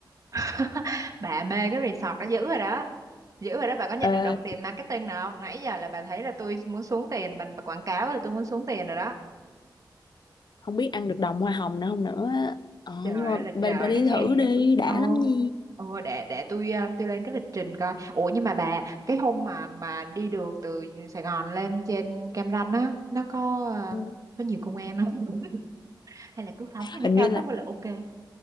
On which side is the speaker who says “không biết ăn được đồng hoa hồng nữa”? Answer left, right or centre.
Left